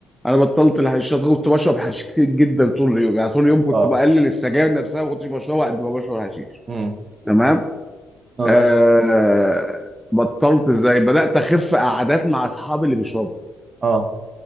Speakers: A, in the centre; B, on the right (about 40°).
A: انا بطلت الحشيشات كنت بشرب حشيش كتير جدا طول اليوم يعني طول اليوم كنت
B: اه
A: بقلل السجاير نفسها ما كنتش بشربها قد ما بشرب حشيش
B: امم
A: تمام
B: اه
A: آه بطلت ازاي بدات اخف قعدات مع اصحابي اللي بيشربوا
B: اه